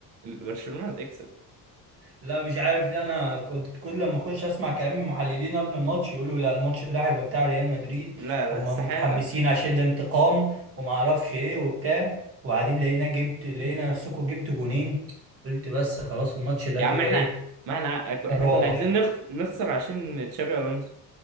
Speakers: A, on the right; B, on the right.
A: برشلونة هتكسب
B: لا مش عارف ليه انا كنت كل لما اخش اسمع كلام المحللين قبل الماتش يقولوا لا الماتش ده هيبقى بتاع ريال مدريد
A: لا لا
B: هم
A: استحالة
B: متحمسين عشان الانتقام وما اعرفش ايه وبتاع وبعدين لقينا جبت لقينا نفسكم جبت جونين قلت بس خلاص الماتش ده
A: يا
B: كده
A: عم احنا
B: ايه
A: ما احنا
B: راح
A: احنا كنا عايزين نخ- نخسر عشان تشابي الونسو